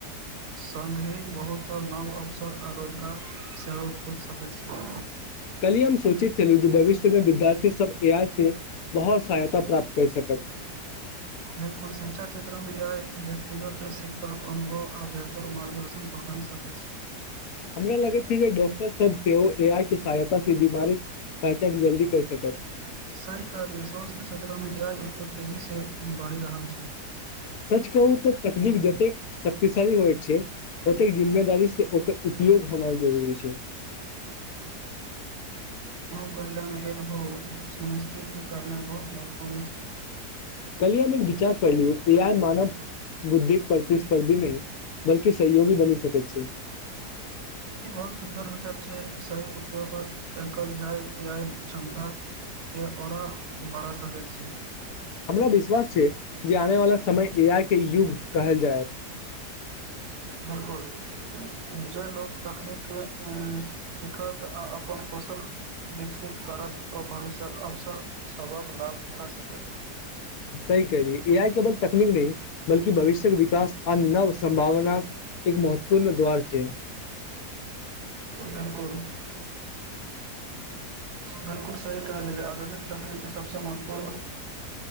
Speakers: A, on the right; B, on the left.
A: सङग ही बहुत नव अवसर आ रोजगार सेहो उो सकैत छै
B: कली हम सोचित चलू जे भविष्य मे विद्यार्थी सब ए आइ से बहुत सहायता प्राप्त कर सकत
A: बिलकुल शिक्षा व्यक्तिगत शीखबाक अनुभव आ बेतर मारगदर्शन प्रदान सक छै
B: हमरा लगै छै जे डॉक्टर सब से ओ ए आइ के सहायता से बीमारी पहचान जल्दी कर सकत
A: त काल स्वस््थ क्षेत्र मे एआइ उोग तेजी से बढ़ि रहल छै
B: सच कहू त तकलिफ जतेक शक्तिशाली होइ छै तेक जिम्मेदारी से ओकर उपयोग होनाइ जरुररी छै
A: कल्यण लेल हो सुनिश्चित करना बहुत महत्वपूर्ण छै
B: कलियामे एक विचार पढ़ लियौ कि यार मानव बुद्धिक प्रतिस्पर्धी नहि बल्कि सहयोगी बनि सक छै
A: <inaudible> ई बहुत सुन्दर विचार छै सही उपयोग एकल जाय इ क्षमता के ओरा बढ़ा सक छै
B: हमरा विश्वास छै जे आने वाला समय ए आइ के युग कहल जाय
A: बिलकुल जे लोक तकनीकके सिखत आ अपन कौशल विकसित करथि ओ भविष्य्यक अवसर सभक लाभ उठा सकथि
B: सै कही आइ केवल तकनीक नहि बल्कि भविष्यके विकास आ नव सं्भावना एक महत्वपूर्ण दोर ब छै
A: बिलकुल बिलकुल सही कहलिय आधुनिक तकनीकके सबस महत्वपूर्ण